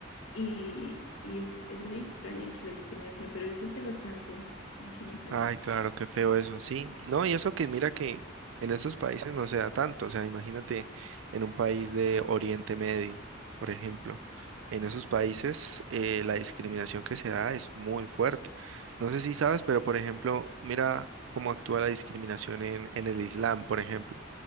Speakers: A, on the left (about 80°); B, on the right (about 70°).
A: y, y es, es muy extraña aquí la discriminación, pero existe bastante aquí en el país.
B: Ay, claro, qué feo eso, sí. No, y eso que mira que en esos países no se da tanto, o sea, imagínate en un país de Oriente Medio, por ejemplo, en esos países eh, la discriminación que se da es muy fuerte. No sé si sabes, pero por ejemplo, mira cómo actúa la discriminación en, en el Islam, por ejemplo.